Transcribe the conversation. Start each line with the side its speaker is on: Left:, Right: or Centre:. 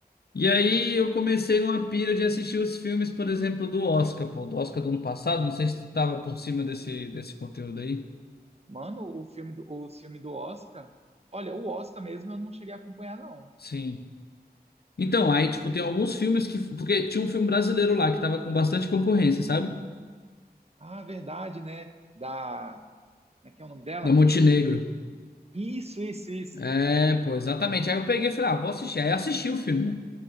Left: E aí eu comecei numa pira de assistir os filmes, por exemplo, do Oscar, pô, do Oscar do ano passado. Não sei se tu tava por cima desse, desse conteúdo aí.
Right: Mano, o filme do, o filme do Oscar. Olha, o Oscar mesmo eu não cheguei a acompanhar, não.
Left: Sim. Então, aí, tipo, tem alguns filmes que. Porque tinha um filme brasileiro lá que tava com bastante concorrência, sabe?
Right: Ah, verdade, né? Da. Como é que é o nome dela?
Left: Da Montenegro.
Right: Isso, isso, isso.
Left: É, pô, exatamente. Aí eu peguei e falei, ah, vou assistir. Aí eu assisti o filme, né?